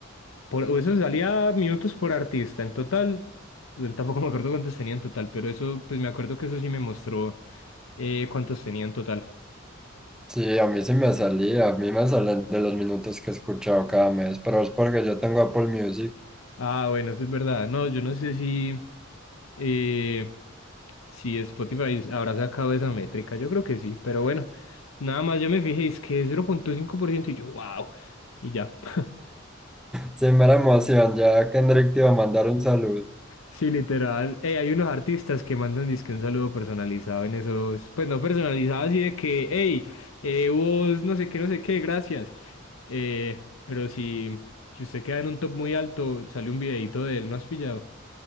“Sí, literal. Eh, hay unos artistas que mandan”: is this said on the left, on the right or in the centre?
Left